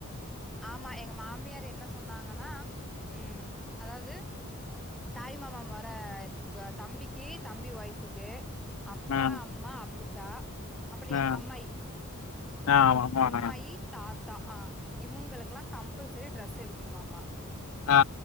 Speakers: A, in the centre; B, on the left.
A: ஆமா எங்க மாமியார் என்ன சொன்னாங்கனா ம் அதாவ்து தாய் மாமா மொர <unintelligible> தம்பிக்கி தம்பி ஒய்ஃபுக்கு அப்பா
B: ஆ
A: அம்மா அப்புதா அப்றோ எங்க
B: ஆ
A: அம்மாயி
B: ஆ ஆமா
A: அம்மாயி
B: ஆமா
A: தா த்தா ஆ இவுங்களுக்கெலா கம்பல்சரி ட்ரெஸ் எடுக்கணுமாமா
B: ஆ